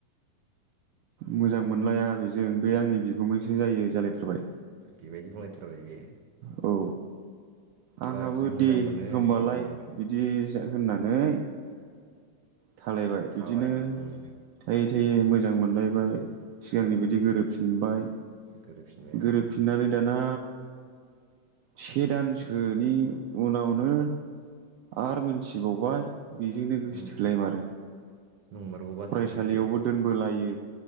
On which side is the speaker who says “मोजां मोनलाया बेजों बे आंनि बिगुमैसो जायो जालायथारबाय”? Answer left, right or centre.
Right